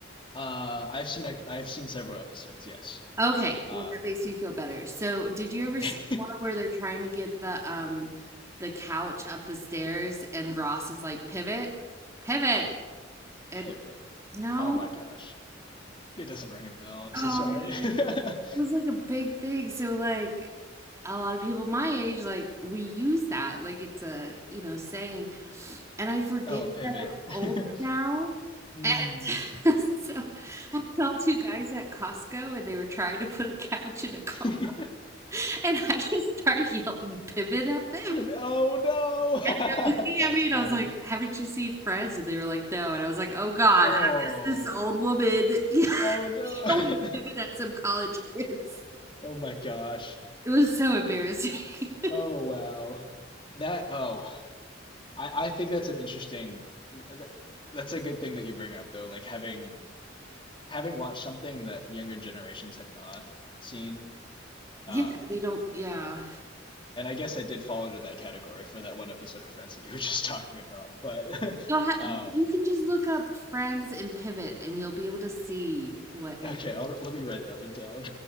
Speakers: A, on the left (about 25°); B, on the right (about 15°).
A: Uh, I've seen i I've seen several episodes. Yes.
B: Okay,
A: Um.
B: well that makes me feel better. So, did you ever
A: <laughs>
B: see the one where they're trying to get the um the couch up the stairs and Ross is like, "Pivot, pivot." And
A: Pivot.
B: no.
A: Oh my gosh. It doesn't ring a bell. I'm
B: Oh
A: so sorry.
B: man.
A: <laughs>
B: It was like a big thing. So like a lot of people my age like we use that like it's a, you know, saying. And I forget
A: Oh, pivot.
B: that I'm
A: <laughs>
B: older now.
A: Mm.
B: And <laughs> so I saw two guys at Costco and they were trying to put a couch in a car.
A: <laughs>
B: <laughs> And I just start yelling pivot at them.
A: Pivot. Oh no.
B: They're looking
A: <laughs> That's
B: at me
A: funny.
B: and I was like, Haven't you seen Friends? And they were like, No. And I was like, Oh God,
A: Oh.
B: I'm just this old woman <laughs> yelling
A: Oh no.
B: pivot
A: <laughs>
B: at some college kids.
A: Oh my gosh.
B: It was so embarrassing. <laughs>
A: Oh wow. That oh. I I think that's an interesting th th that's a good thing that you bring up though, like having having watched something that younger generations have not seen. Um
B: yeah, they don't, yeah.
A: and I guess I did fall into that category for that one episode of Friends that you were <laughs> just talking about. But
B: You'll
A: <laughs>
B: ha-
A: um,
B: you can just look up Friends and Pivot and you'll be able to see what I
A: okay, I'll, let me write that one down.